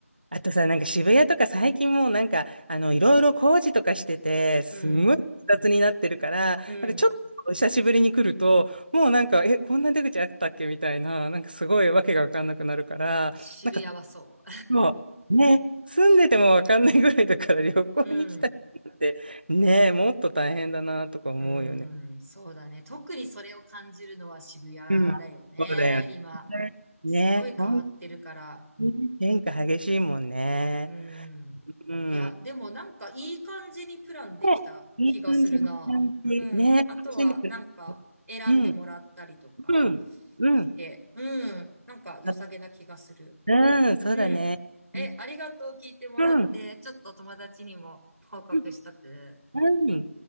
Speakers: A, on the right; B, on the right.
A: あとさ、なんか渋谷とか最近もうなんか、あの、いろいろ工事とかしてて、すんごい複雑になってるから、
B: うん、うん、
A: なんかちょっと久しぶりに来ると、もうなんか、え、こんな出口あったっけみたいな、なんかすごいわけがわかんなくなるから、
B: 渋谷はそ
A: なんか、もう、ね、住んでてもわかんないぐらいだから旅行に来た人って、
B: う。<laughs> うん。
A: ね、もっと大変だなとか思うよね。
B: うーん、そうだね。特にそれを感じるのは渋谷だよね。
A: うん。そうだよね。
B: 今、
A: ね、
B: すごい変わってるから。
A: 本当に変化激しいもんね。
B: うーん。
A: うん。
B: いや、でもなんかいい感じにプランできた気がするな。
A: ねいい感じ、感じ。
B: うん。
A: ね、
B: あとはなんか選んでもらったりとか
A: 楽しんでくれる。うん、うん、うん。
B: して、うん。なんか良さげな気がする。
A: あうん、そうだね。
B: うん。え、
A: うん、
B: ありがとう聞いてもらって、
A: うん、
B: ちょっと友達にも報告しとく。
A: うん。